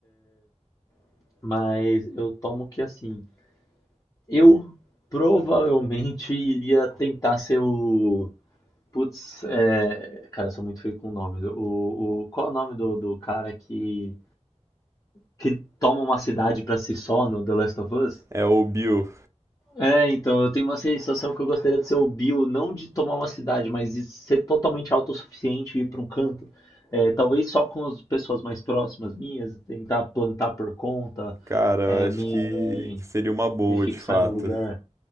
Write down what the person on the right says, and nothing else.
É o Bill,
cara,
eu acho
que,
que seria uma boa
de fato.